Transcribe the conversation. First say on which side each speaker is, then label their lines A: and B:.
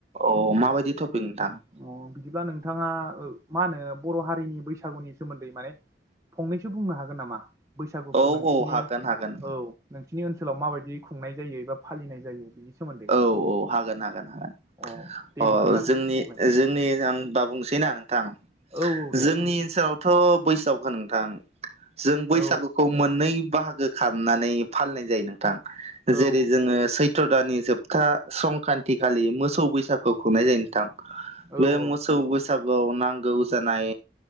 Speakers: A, on the right; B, on the right.
A: अ माबायदि थफै नोंथां?
B: अ बिदिब्ला नोंथाङा मा होनो बर' हारिनि बैसागुनि सोमोन्दै माने फंनैसो बुंनो हागोन नामा बैसागुखौ
A: औ
B: नोंसिनि
A: औ हागोन हागोन
B: औ नोंसिनि ओनसोलाव माबायदि खुंनाय जायो एबा फालिनाय जायो बिनि? सोमोन्दै
A: औ औ हागोन हागोन हागोन
B: अ दे
A: औ
B: बिदिब्ला
A: जोंनि
B: बुंलाय
A: जोंनि आं ब बुंसैनाा नोंथां
B: औ औ दे
A: जोंनि ओनसोलाव थ' बैसागख नोंथां जों बैसागु
B: औ
A: खौ मोननै बाहागो खालामनानै फालिनाय जायो नोंथां
B: औ
A: जेरै जोङो सैथ सत्र दानानि जोबथा संक्रान्ति खालि मोसौ बैसागु खुंनाय जायो नोंथां।
B: औ
A: बे मोसौ
B: औ
A: बैसागुआव नांगौ जानाय